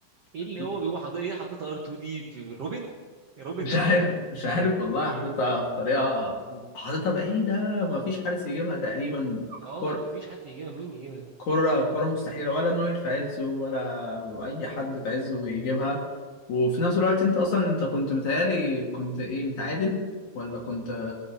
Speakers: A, on the left (about 50°); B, on the right (about 75°).
A: <laughs>
B: ايه اللي هو بيقوم حاطط ايه حاطط ار 2 دي في روبن روبن
A: مش
B: ده
A: عارف
B: ولا مين ده
A: مش عارف والله
B: في ايه
A: حاططها بطريقه حاططها بعيده ما فيش حارس يجيبها تقريبا
B: اه
A: كرة
B: مفيش حد يجيبها مين يجيبها دي
A: كرة كرة مستحيلة ولا نوير في عزه ولا أي حد في عزه يجيبها وفي نفس الوقت أنت أصلا أنت كنت متهيألي كنت إيه متعادل ولا كنت